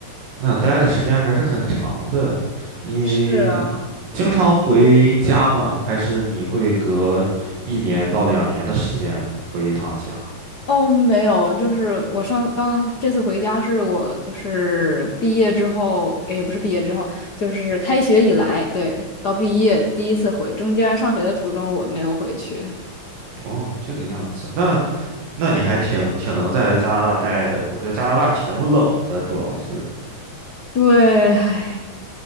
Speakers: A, on the right; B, on the left.
A: 那待的时间还是很长的。你
B: 是啊。
A: 经常回家吗？还是你会隔一年到两年的时间回一趟家？
B: 哦，没有，就是我上刚这次回家是我就是毕业之后，也不是毕业之后，就是开学以来，对，到毕业第一次回，中间上学的途中我没有回去。
A: 哦，这个样子，那那你还挺挺能在加拿大待的。我觉得加拿大挺冷的，主要是。
B: 对，唉。